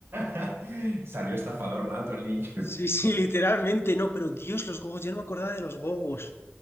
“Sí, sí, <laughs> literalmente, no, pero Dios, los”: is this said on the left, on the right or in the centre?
Left